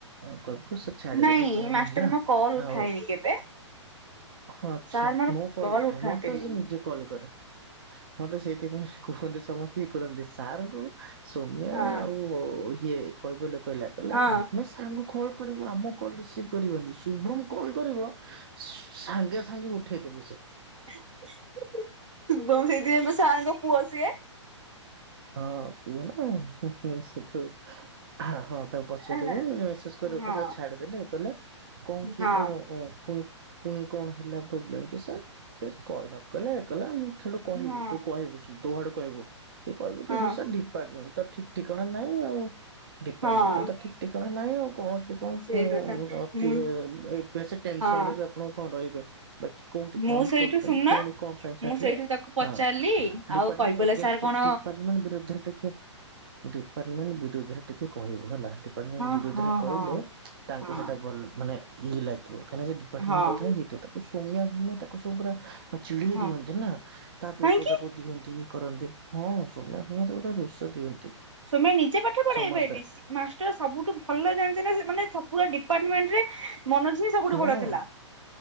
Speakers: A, on the right (about 50°); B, on the right (about 80°).
A: ଅଙ୍କଲ କୁ ସେ ଛାଡିଦେଲେ
B: ନାଇଁ
A: କଣ
B: ମାଷ୍ଟର
A: ହେଲା?
B: ମୋ କଲ୍ ଉଠାଏନି
A: ଆଉ
B: କେବେ
A: ଆଛା,
B: ସାର୍ ମୋର
A: ମୁଁ କଲ
B: କଲ୍
A: ଉଠାଏ,
B: ଉଠାନ୍ତିନି।
A: ମତେ ସେ ନିଜେ କଲ କରେ ମୋତେ ସେଇଥିପାଇଁ କୁହନ୍ତି ସମସ୍ତି ଇ କରନ୍ତି ସାର୍ ଙ୍କୁ ସୋମ୍ୟା
B: ହଁ
A: ଆଉ ଇଏ କଇବଲ୍ୟ କଇଲା କଇଲା
B: ହଁ
A: ଆମେ ସାଙ୍ଗ କଲ୍ କରିବୁ ଆମ କଲ୍ ରିସିଭ କରିବନି ଶୁଭମ କଲ୍ କରିବ ସ ଥାଙ୍ଗେ ସାଙ୍ଗେ ଉଠେଇଦେବେ ସେ।
B: ସୁବମ ସେଇତି ପାଇଁ ପା ମୁଁ ସାର୍ ଙ୍କ ପୁଅ ସିଏ।
A: ହଁ ପୁଅ ନା ସେ ସେ ସେଇଠୁ ହା ହଁ ତାକୁ ପଚାରିବୁ
B: ହେଲା।
A: ଲେ ସେସ୍ କୟାର
B: ହଁ
A: ଓକେ ସାର୍ ଛାଡିଦେଲେ ଏ କଲେ କଣ କିଏ
B: ହଁ
A: କଣ ଅ ପୁ ପୁଣି କଣ ହେଲା ପ୍ରୋବ୍ଲେମ କି ସାର୍ ସେ କହି ନ କଲେ କ ଆମ ସେଠୁ କହିବୁ
B: ହଁ
A: ତୁ କହିବୁ ସ ତ ଆଡୁ କହିବୁ ଏ କହିବୁ
B: ହଁ
A: କି ହ ସୁ ଡିପାର୍ଟମେଣ୍ଟ ତ ଠିକ ଠିକଣା ନାଇଁ ଆଉ ଡିପାର୍ଟମେଣଟା
B: ହଁ
A: ତ ଠିକ ଠିକଣା ନାଇଁ ଆଉ କଣ କି କଣ
B: ସେଇ କଥା
A: ଉଁ ସ
B: ମୁଁ
A: ଟିଏ ଏ ବେଶି ଟେନସନ
B: ହଁ
A: ନେବେ ଆପଣ କଣ ରହିବେ ବା କି କୋଉଠି
B: ମୁଁ
A: କ
B: ସେଇଠୁ
A: କରୁଛନ୍ତି
B: ଶୁଣୁନ
A: କଉଠି କଣ ପାଇଁ ଛାଡିଥିଲେ
B: ମୁଁ ସେଇଠୁ ତାକୁ ପଚାରିଲି
A: ହ
B: ଆଉ
A: ଡିପାର୍ମଣ୍ଟ
B: କୈବଲ୍ୟ
A: ଏଗନଷ୍ଟ
B: ସାର୍ କଣ
A: ରେ ଟି ପାଡବିମାନ୍ ବିରୁଦ୍ଧରେ ଟିକେ ଡିପାର୍ଟମେଣ୍ଟ ବିରୁଦ୍ଧରେ ଟିକେ କହିବୁ ହେଲା ଡିପାର୍ଟମେଣ୍ଟ
B: ହଁ
A: ବିରୁଦ୍ଧରେ
B: ହଁ
A: କହିଲେ
B: ହଁ
A: ତାଙ୍କୁ
B: ହଁ
A: ସେଇଟା ଭଲ ମାନେ ଇଏ ଲାଗିବ କାହିଁନା ସେ ଡିପାର୍ଟମେଣ୍ଟ
B: ହଁ
A: କଥା ହିଁ ହେଇଥିବ ତାକୁ ସୌମ୍ୟ ତାକୁ ସବୁ ପୁରା ଆ ଚିଡେଇ
B: ହଁ
A: ଦିଅନ୍ତି ନା ତା
B: କାହିଁକି
A: ଦୋଷ ତାକୁ ଦିଅନ୍ତି ଇ କରନ୍ତି ହଁ ସତ ସୌମ୍ୟା ଫମ୍ୟା ତାକୁ ତା ଦୋଷ ଦିଅନ୍ତି
B: ସୋମ୍ୟା ନିଜେ ପାଠ ପଢେଇବେଡି
A: ସମସ୍ତେ
B: ସି ମାଷ୍ଟର ସବୁଠୁ ଭଲ ଜାଣିଛ ନା ସେ ମାନେ ସ ପୁରା ଡିପାର୍ଟମେନ ନ୍ ରେ ମୋନଜ ହିଁ ସବୁଠୁ
A: ହଁ
B: ବଡ଼ ଥିଲା।